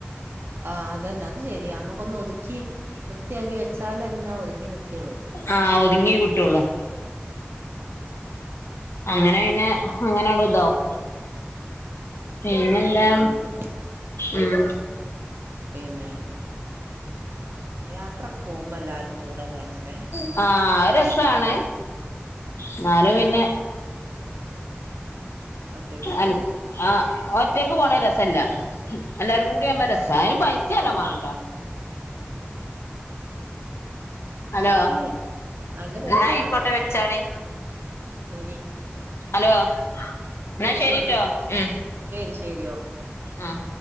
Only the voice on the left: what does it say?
ആ ഒത്ങ്ങി കിട്ടുള്ളൂ.
അങ്ങനെ പിന്നെ അങ്ങനണ്ട് ഇതാവും പിന്നെന്താ.
ഉം.
ആഹ് അഹ് രസാണ് ന്നാലു പിന്നെ-
അൻ ആ ഒറ്റക്ക് പോണെ രസല്ല എല്ലാരുടി ആമ്പോ രസ അയ്ന് പൈസേം നല്ലം മാണട്ടോ. ഹലോ
എന്നാ ആയിക്കോട്ടെ
വെച്ചാളി.
ഹലോ
ന്നാ ശരിട്ടോ
മ്
ആഹ്.